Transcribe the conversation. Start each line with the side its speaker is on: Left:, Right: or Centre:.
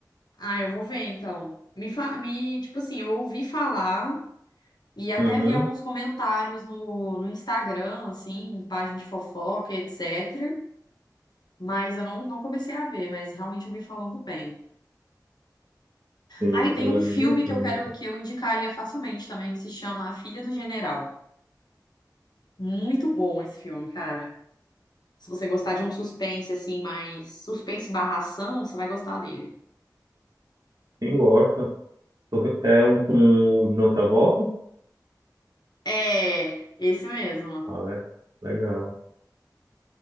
Left: Ah, eu vou ver então. Me, fa... me, tipo assim, eu ouvi falar, E até
Right: Uhum,
Left: vi alguns comentários no, no Instagram, assim, em página de fofoca, etc. Mas eu não, não comecei a ver, mas realmente eu vi falando bem.
Right: sim,
Left: Ah, e tem
Right: ela
Left: um
Right: é
Left: filme
Right: muito,
Left: que
Right: ela
Left: eu quero
Right: é muito.
Left: que eu indicaria facilmente também, que se chama A Filha do General. Muito bom esse filme, cara. Se você gostar de um suspense, assim, mais suspense barra ação, você vai gostar dele.
Right: Quem gosta? Tô ve- É um com o John Travolta?
Left: É, esse mesmo.
Right: Ah, né? Legal.